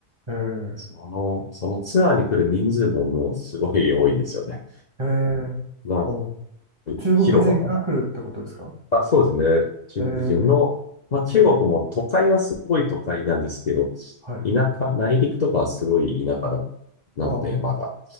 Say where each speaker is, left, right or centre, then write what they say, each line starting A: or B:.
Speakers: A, on the right (about 20°); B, on the left (about 80°).
A: へえ、
B: その、そのツアーに来る人数ももうすごい多いんですよね。
A: へえ、
B: な
A: お、中国人が来るってことですか
B: 広場があ、そうですね。中国人の、
A: へえ、
B: まあ中国も都会はすごい都会なんですけど、
A: はい、はい。
B: 田舎、内陸とかはすごい田舎だ、なので、
A: あ
B: まだ。